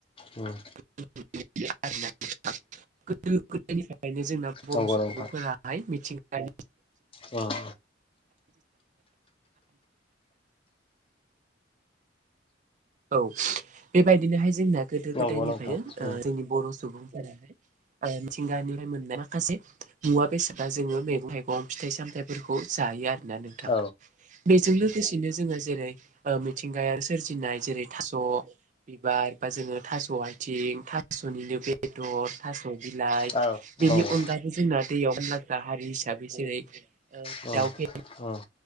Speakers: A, on the left; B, on the right.
A: औ
B: <unintelligible> गोदो गोदोनिफ्रायनो जोंना बर'
A: नंगौ
B: सुबुंफोरा
A: नोंथां
B: मिथिंगा <unintelligible>
A: उम
B: औ बेबायदिनोहाय जोंना गोदो
A: नंगौ
B: गोदायनिफ्रायनो
A: नोंथां उम
B: ओ जोंनि बर' सुबुंफोराहाय मिथिंगानिफ्राय मोननाय माखासे मुवा बेसादा जोङो मैगं थाइगं फिथाइ सामथाइ फोरखौ जायो आरो नोंथां
A: औ
B: बेजों लोगोसेनो जोङो जेरै मिथिंगाया सोरजिनाय जेरै थास' बिबार बा जोङो थास' आथिं थास'निनो बेदर थास' बिलाइ
A: औ
B: बेनि
A: नंगौ नंगौ
B: अनगाैबो जोंना दैयाव मानलाग्रा हारि हिसाबै जेरै
A: औ
B: दाउ फे
A: औ